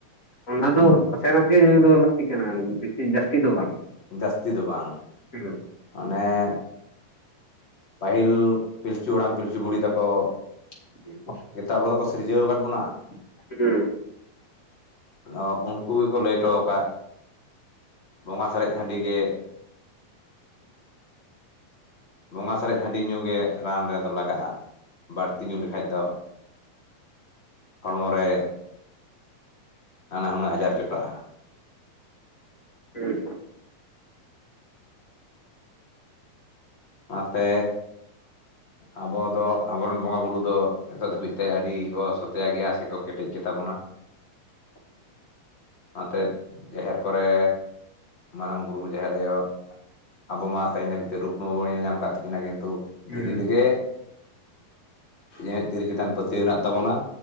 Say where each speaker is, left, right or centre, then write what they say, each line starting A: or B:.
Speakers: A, on the left; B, on the left.
A: ᱚᱱᱟ ᱫᱚ ᱱᱟᱥᱮᱱᱟᱜ ᱜᱮ ᱧᱩ ᱫᱚ ᱞᱟᱹᱠᱛᱤ ᱠᱟᱱᱟ ᱵᱮᱥᱤ ᱡᱟᱹᱥᱛᱤ ᱫᱚ ᱵᱟᱝ
B: ᱡᱟᱹᱥᱛᱤ ᱫᱚ ᱵᱟᱝ
A: <unintelligible>
B: ᱢᱟᱱᱮᱫ ᱯᱟᱹᱦᱤᱞ ᱯᱤᱞᱪᱩ ᱦᱟᱲᱟᱢ ᱯᱤᱞᱪᱩ ᱵᱩᱲᱦᱤ ᱛᱟᱠᱚ
A: <unintelligible>
B: ᱜᱮᱛᱟᱜ ᱵᱚᱞᱮ ᱠᱚ ᱥᱤᱨᱡᱟᱹᱣ ᱟᱠᱟᱫ ᱵᱚᱱᱟ
A: <unintelligible>
B: ᱫᱚ ᱩᱱᱠᱩ ᱜᱮᱠᱚ ᱞᱟᱹᱭ ᱦᱚᱴᱚ ᱟᱠᱟᱫ ᱵᱚᱸᱜᱟ ᱥᱟᱨᱮᱡ ᱦᱟᱺᱰᱤ ᱜᱮ ᱵᱚᱸᱜᱟ ᱥᱟᱨᱮᱡ ᱦᱟᱹᱰᱤ ᱧᱩ ᱜᱮ ᱨᱟᱱ ᱨᱮᱫᱚ ᱞᱟᱜᱟᱜᱼᱟ ᱵᱟᱹᱲᱛᱤ ᱧᱩ ᱞᱮᱠᱷᱟᱡ ᱫᱚ ᱦᱚᱲᱢᱚ ᱨᱮ ᱱᱟᱱᱟᱦᱩᱱᱟᱹᱨ ᱟᱡᱟᱨ ᱡᱚᱴᱟᱜᱼᱟ
A: ᱦᱮᱸ
B: ᱚᱱᱟᱛᱮ ᱟᱵᱚ ᱫᱚ ᱟᱵᱚᱨᱮᱱ ᱵᱚᱸᱜᱟ ᱵᱩᱨᱩ ᱫᱚ ᱱᱤᱛᱚᱜ ᱫᱷᱟᱹᱵᱤᱡ ᱛᱮ ᱟᱹᱰᱤ ᱠᱚ ᱥᱚᱛᱮ ᱜᱮᱭᱟ ᱥᱮᱠᱚ ᱠᱮᱴᱮᱡ ᱜᱮ ᱛᱟᱵᱚᱱᱟ
A: <unintelligible>
B: ᱱᱚᱛᱮ ᱡᱟᱦᱮᱨ ᱠᱚᱨᱮ ᱢᱟᱨᱟᱝ ᱵᱩᱨᱩ ᱡᱟᱦᱮᱨ ᱟᱭᱳ ᱟᱵᱚ ᱢᱟ ᱛᱮᱦᱮᱧ ᱫᱷᱟᱹᱵᱤᱡ ᱛᱮ ᱨᱩᱯ ᱢᱳᱵᱟᱤᱞ ᱮᱢ ᱟᱠᱟᱫ ᱛᱟᱹᱠᱤᱱᱟ ᱠᱤᱱᱛᱩ
A: ᱦᱩᱸ
B: ᱫᱷᱤᱨᱤ ᱨᱤᱜᱮ ᱤᱧᱟᱹᱜ ᱫᱷᱤᱨᱤ ᱪᱮᱛᱟᱱ ᱯᱟᱹᱛᱭᱟᱹᱣ ᱢᱮᱱᱟᱜ ᱛᱟᱵᱚᱱᱟ